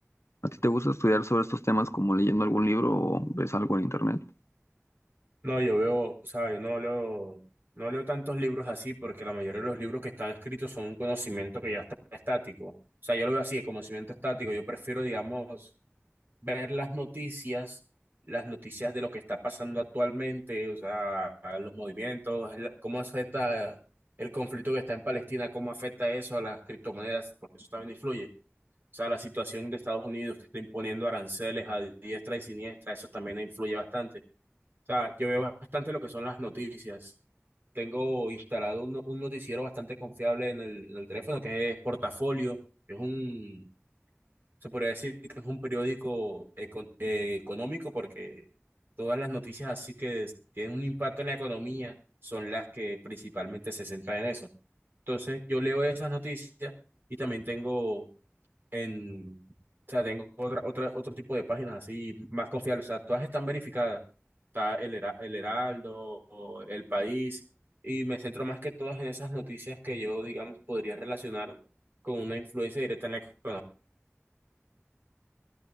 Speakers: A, on the left; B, on the right.
A: ¿A ti te gusta estudiar sobre estos temas como leyendo algún libro o ves algo en internet?
B: No, yo veo, o sea, yo no leo, no leo tantos libros así porque la mayoría de los libros que están escritos son un conocimiento que ya está estático. O sea, yo lo veo así, el conocimiento estático. Yo prefiero, digamos, ver las noticias, las noticias de lo que está pasando actualmente, o sea, a los movimientos, la- cómo afecta el conflicto que está en Palestina, cómo afecta eso a las criptomonedas, porque eso también influye. O sea, la situación de Estados Unidos que está imponiendo aranceles a diestra y siniestra, eso también influye bastante. O sea, yo veo bastante lo que son las noticias. Tengo instalado un, no- un noticiero bastante confiable en el, en el teléfono que es Portafolio, que es un, se podría decir que es un periódico eco- eh, económico porque todas las noticias así que es- tienen un impacto en la economía son las que principalmente se centran en eso. Entonces yo leo esas noticias y también tengo en, o sea, tengo otra, otra, otro tipo de páginas así más confiables. O sea, todas están verificadas. Está el, Hera- el Heraldo, o El País, y me centro más que todas en esas noticias que yo, digamos, podría relacionar con una influencia directa en la economía.